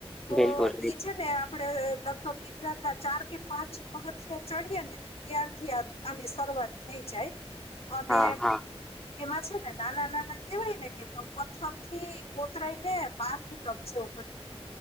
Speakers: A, on the left; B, in the centre.
A: તો
B: બિલકુલ
A: એ છે ને આપડે લગભગ ગિરનારના ચાર કે પાંચ પગથિયા ચડીએે ને ત્યારથી આ આની શરૂઆત થઈ જાય અને
B: હા હા
A: એમાં છે ને નાના નાના કેવાય ને કે પથ્થરથી કોતરાઈને બાથટબ જેવું બની જાય